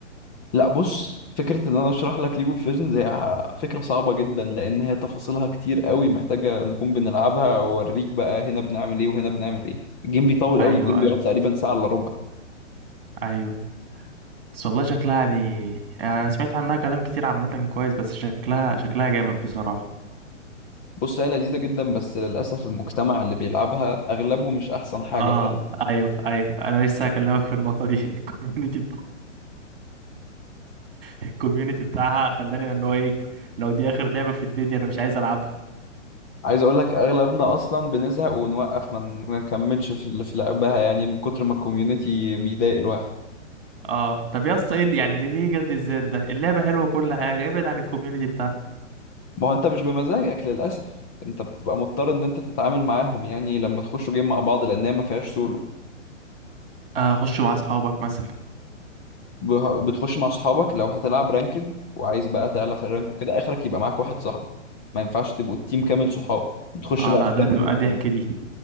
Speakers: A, on the left; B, on the right.
A: لا بص فكرة ان انا اشرح لك ليج اوف ليجندز هي ح- فكرة صعبة جدا لان هي تفاصيلها كتير قوي محتاجة نكون بنلعبها واوريك بقى هنا بنعمل ايه وهنا بنعمل ايه الجيم بيطول
B: ايوه
A: قوي الجيم بيقعد
B: ايوه
A: تقريبا ساعة الا ربع
B: ايوه بس والله شكلها يعني يعني انا سمعت عنها كلام كتير عامة كويس بس شكلها شكلها جامد بصراحة
A: بص هي لذيذة جدا بس للأسف المجتمع اللي بيلعبها أغلبه مش أحسن حاجة
B: اه
A: فعلا
B: ايوه ايوه انا لسه هكلمك في النقطة دي <laughs> الكوميونتي الكوميونتي بتاعها خلاني أنا اللي هو ايه لو دي اخر لعبة في الدنيا انا مش عايز العبها
A: عايز أقول لك أغلبنا أصلا بنزهق ونوقف ما ن- ما نكملش في في لعبها يعني من كتر ما الكوميونتي بيضايق الواحد
B: اه طب يا اسطى ايه اللي- يعني ليه ليه جلد الذات ده اللعبة حلوة وكل حاجة ابعد عن الكوميونتي بتاعها
A: ما هو انت مش بمزاجك للاسف انت بتبقى مضطر ان انت تتعامل معاهم يعني لما تخشوا جيم مع بعض لان هي ما فيهاش سولو
B: آه خش مع اصحابك مثلا
A: به- بتخش مع اصحابك لو هتلعب رانكد وعايز بقى تعلى في الرانك وكده اخرك يبقى معاك واحد صاحبك ما ينفعش تبقوا التيم كامل صحاب بتخش
B: اه
A: بقى
B: لا
A: في
B: ده
A: رانكينج
B: هتبقى ضحك
A: تاني
B: دي